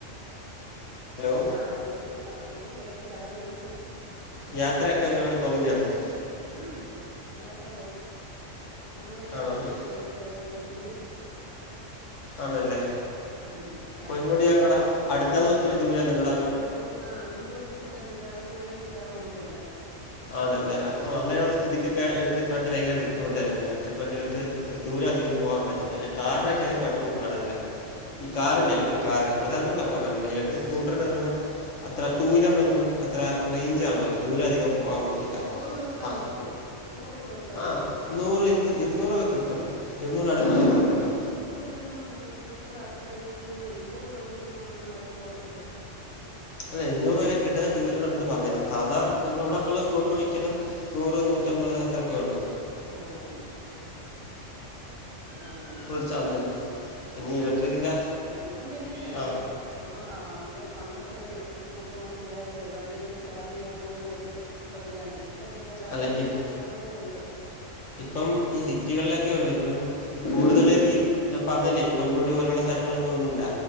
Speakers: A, on the left; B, on the right.
A: ഹലോ
B: ആഹ് ഹാ ഒന്നും ഒന്നും കേട്ടില്ല അതാ ചോദിച്ചത്
A: യാത്രയൊക്കെ
B: പിന്നെ
A: ഒരുപാട് പോകുന്നയാണോ
B: ഉം യാത്ര പോകും നമ്മളീ അടുത്ത
A: ആണോ
B: സമയത്ത് പൊന്മുടി പോയി
A: ആണല്ലേ
B: ഉം ഫാമിലിയായിട്ട്
A: പൊൻമുടി എവിടാ അടുത്തിന്നോ ഒത്തിരി ദൂരയാന്നോ നിങ്ങ
B: നമ്മുക്ക് ന നമ്മടെ വീട്ടീന്ന് കൊറേ ദൂരം രാവിലെ പോയാ ഉച്ചയാവും അങ്ങ് ചെല്ലാൻ
A: ആണല്ലേ അപ്പൊ അങ്ങനെയുള്ള സ്ഥിതിക്കൊക്കെ ഇലക്ട്രിക് വണ്ടി ഭയങ്ക ബുദ്ധിമുട്ടായിരിക്കും ഇലക്ട്രിക് വണ്ടികൾക്ക് ദൂരം അധികം പോകാൻ പറ്റില്ല അല്ലേ കാറിനൊക്കെ
B: ആ ഓ
A: കുഴപ്പം കാണുന്നില്ല ഈ കാറില്ലേ
B: ആ
A: ഇലക്ട്രിക് കാർ അതാമ്പം കുഴപ്പം
B: ആ
A: കാണില്ല ഇലക്ട്രിക് സ്കൂട്ടറിൽ നിന്ന് അത്ര ടു വീലറിനൊന്നും അത്ര റേഞ്ച് കാണൂല ദൂരം അധികം പോകാൻ പറ്റു ഇല്ല
B: നൂറ് കിലോമീറ്റർ
A: ആ
B: ഒക്കെ കിട്ടുവോ നൂറ് കിലോമീറ്റർ ഒക്കെ
A: ആഹ്
B: കിട്ടുവോ
A: നൂറ് ഇരുന്നൂറൊക്കെ കിട്ടും ഇരുന്നൂറിന്
B: ആഹ്
A: അടുത്തൊക്കെ കിട്ടും
B: അതി കൂടുതലൊന്നും സ്കൂട്ടറിൽ അത്രയും ടു വീലർ ഇരുന്നൂറ് കിലോമീറ്റർ കൂടുതലൊന്നും ആരും പോകത്തില്ലല്ലോ?
A: അതെ ഇരുന്നൂറ് വരെ കിട്ടുന്ന ടു വീലർ ഉണ്ടെന്ന്ന്ന് പറഞ്ഞത സാധാ നമ്മെള
B: ആ
A: ഇവിടെക്കുള്ള സ്കൂട്ടർ മിക്കതും. നൂറ് നൂറ്റമ്പത് അത്രയൊക്കെഒള്ളു
B: ഓഹ് <unintelligible>
A: ഫുൾ ചാർജിന് പിന്നെ ഈ ഇലക്ട്രിക്കിൻ്റെ
B: ഇപ്പം പിന്നെ
A: ആ
B: നമ്മൾ ആ അത് പണ്ടൊക്കെ ഇലക്ട്രിക് സ്കൂട്ടറും കൊണ്ട് പോയാലേ വഴിലൊന്ന് ചാർജ് ചെയ്യാൻ പോലും ഒരു സംവിധാനണ്ട് ഇപ്പം പിന്നെ എല്ലാ
A: അല്ല
B: എല്ലാ
A: ഇപ്
B: പലയിടതുഉണ്ട്.
A: ഇപ്പം ഈ സിറ്റികളിലൊക്കെ ഉള്ളൂ ഇപ്പം കൂടുതൽ
B: ആ
A: ഈ പറഞ്ഞില്ലേ ഈ പൊന്മുടി പോലെയുള്ള സ്ഥലങ്ങളൊന്നും ഒന്നുമില്ല